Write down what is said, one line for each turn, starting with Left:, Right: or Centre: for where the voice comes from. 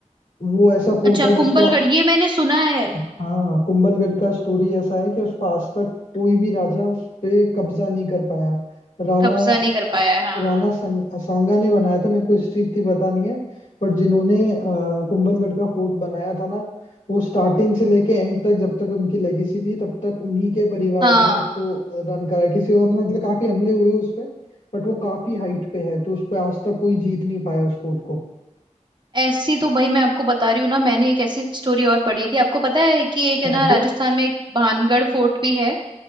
Left: वो ऐसा फोर्ट
Right: अच्छा
Left: है जिसको
Right: कुंभलगढ़ ये मैंने सुना है
Left: हाँ कुंभलगढ़ का स्टोरी ऐसा है कि उसको आज तक कोई भी राजा उस पे कब्जा नहीं कर पाया राणा
Right: कब्जा नहीं कर पाया है हाँ
Left: राणा संग, सांगा ने बनाया था मेरे को हिस्ट्री इतनी पता नहीं है बट जिन्होंने अ, कुंभलगढ़ का फोर्ट बनाया था ना वो स्टार्टिंग से लेके एंड तक जब तक उनकी लेगेसी थी तब तक उन्हीं के परिवार
Right: हाँ
Left: ने उसको रन कराया किसी और ने मतलब काफी हमले हुए उस पे बट वो काफी हाइट पे है तो उस पे आज तक कोई जीत नहीं पाया उस फोर्ट को
Right: ऐसी तो भाई मैं आपको बता रही हूँ ना मैंने एक ऐसी स्टोरी और पढ़ी थी आपको पता है कि एक
Left: कहाँ
Right: है ना
Left: पे
Right: राजस्थान में एक भानगढ़ फोर्ट भी है